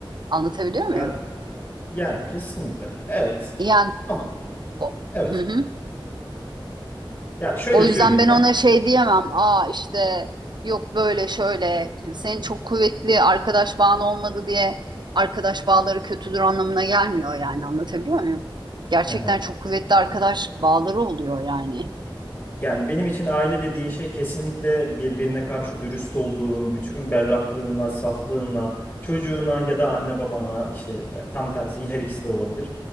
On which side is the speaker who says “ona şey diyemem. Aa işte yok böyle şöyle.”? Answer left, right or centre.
Right